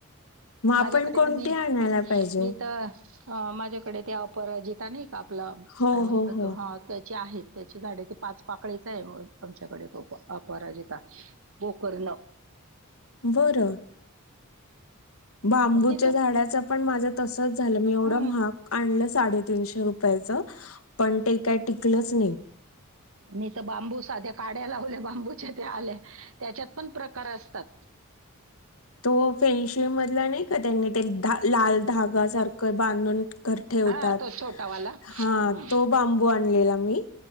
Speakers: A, on the left; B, on the right.
A: मग आपण
B: माझ्याकडे
A: कोणती
B: तर मी
A: आणायला पाहिजे
B: मी तर अ माझ्याकडे ते परजिता नाही का आपलं
A: हो
B: काय म्हणतात
A: हो हो
B: ह त्याचे आहेत. त्याची झाडे ते पाच पाकळीच आहे आमच्याकडे तो अपराजिता गोकरर्ण.
A: बरं बांबूच्या
B: मग तिथून
A: झाडाच पण माझ तसच झालं. मी एवढं
B: हम्म
A: महाग आणलं साडेतीनशे रुपयाच पण ते काय टिकलच नाही.
B: मी तर बांबू साध्या काड्या लावल्या बांबूच्या त्या आल्या त्याच्यात पण प्रकार असतात.
A: तो फेनशे मधला नाही त्यांनी ते लाल धागा सारखं बांधून घ ठेवतात.
B: हा तो छोटावाला हम्म.
A: हा तो बांबू आणलेला मी